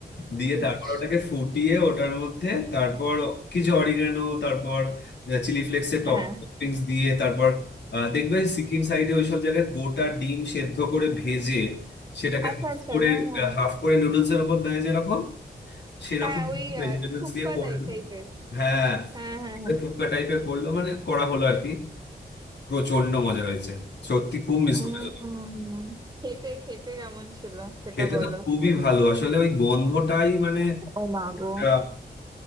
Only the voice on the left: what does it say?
দিয়ে
তারপর ওটাকে ফুটিয়ে ওটার মধ্যে তারপর কিছু অরিগানো তারপর চিলি ফ্লেক্সের টপিংস
দিয়ে তারপর আহ, দেখবে সিকিম সাইডে ওইসব জায়গায় গোটা ডিম সেদ্ধ করে ভেজে সেটাকে
হাফ
করে
হাফ করে নুডলস এর উপর দেয় যেরকম সেরকম
ভেজিটেবলস
দিয়ে করলো
হ্যাঁ
ফুটকা টাইপের করলো মানে করা হলো আর কি প্রচন্ড মজা হয়েছে সত্যি খুব মিস
করেছো তো।
খেতে
তো খুবই ভালো আসলে ওই গন্ধটাই মানে
একটা